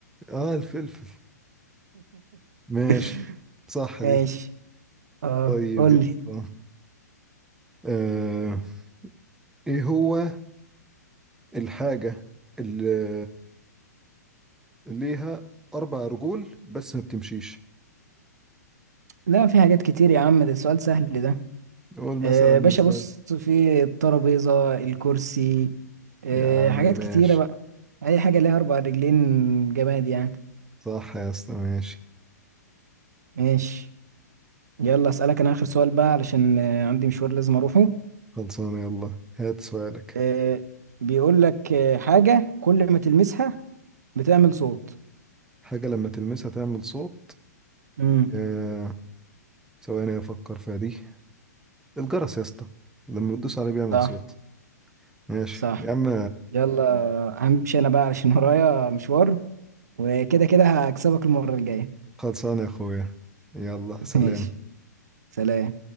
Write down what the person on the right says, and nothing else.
<laughs>
ماشي
اه
قول
لي
لا في حاجات كتير يا عم ده سؤال سهل ده
آه
باشا بص في الترابيزه الكرسي آه
حاجات
كتيره بقى اي حاجه ليها اربع رجلين جماد يعني
ماشي يلا اسالك انا اخر سؤال بقى علشان آه، عندي مشوار لازم اروحه
آه، بيقول لك آه، حاجة كل ما تلمسها بتعمل صوت
امم
صح
صح
يلا همشي انا بقى علشان ورايا مشوار وكده كده هكسبك المرة الجاية
<laughs>
ماشي سلام